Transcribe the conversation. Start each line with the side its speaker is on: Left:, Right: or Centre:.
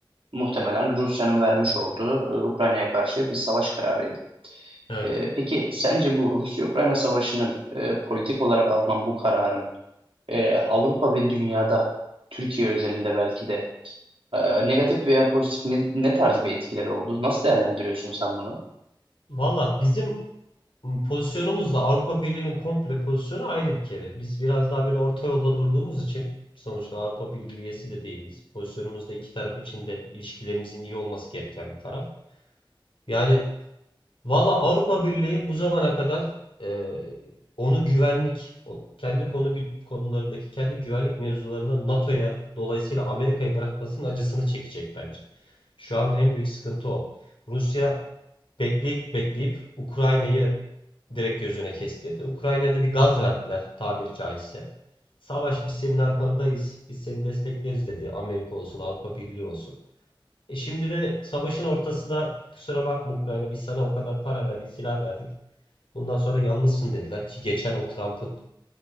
Right: muhtemelen Rusya'nın vermiş olduğu e, Ukrayna'ya karşı bir savaş kararıydı.
Left: Evet.
Right: E, peki sence bu Rusya-Ukrayna savaşının e, politik olarak alınan bu kararın e, Avrupa ve dünyada, Türkiye özelinde belki de e, negatif veya pozitif ne, ne tarz bir etkileri oldu? Nasıl değerlendiriyorsun sen bunu?
Left: Valla bizim pozisyonumuzla Avrupa Birliği'nin komple pozisyonu ayrı bir kere. Biz biraz daha böyle orta yolda durduğumuz için sonuçta Avrupa Birliği üyesi de değiliz. Pozisyonumuz da iki taraf için de ilişkilerimizin iyi olması gereken bir taraf. Yani Valla Avrupa Birliği bu zamana kadar e, onu güvenlik, o- kendi konu konularındaki kendi güvenlik mevzularını NATO'ya dolayısıyla Amerika'ya bırakmasının acısını çekecek bence. Şu an en büyük sıkıntı o. Rusya bekleyip bekleyip Ukrayna'yı direkt gözüne kestirdi. Ukrayna'da bir gaz verdiler tabiri caizse. Savaş biz senin arkandayız, biz seni destekleriz dedi. Amerika olsun, Avrupa Birliği olsun. E şimdi de savaşın ortasında kusura bakma Ukrayna biz sana o kadar para verdik, silah verdik. Bundan sonra yalnızsın dediler ki geçen o Trump'ın